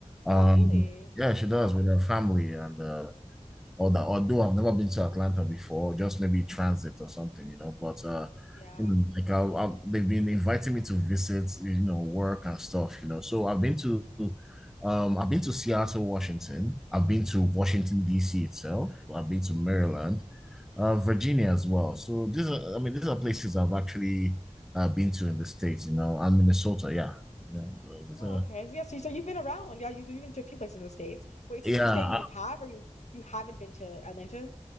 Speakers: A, in the centre; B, on the left.
A: Um,
B: Oh, really?
A: yeah, she does
B: Wow.
A: with her family, and uh, or that although I've never been to Atlanta before, just maybe transit or something, you know. But uh,
B: Yeah.
A: you know, like I, I, they've been inviting me to visit, you know, work and stuff, you know. So I've been to, um, I've been to Seattle, Washington. I've been to Washington
B: Mhm.
A: D.C. itself. I've been to Maryland, uh, Virginia
B: Mhm.
A: as well. So these are, I mean, these are places I've actually uh, been to in the States, you know, and Minnesota. Yeah, yeah. So these
B: Oh,
A: are-
B: okay. So, yeah, so, so you've been around. Yeah, you, so you've been to a few places in the States. Wait,
A: yeah,
B: so did you say you have or you you haven't been to Atlanta?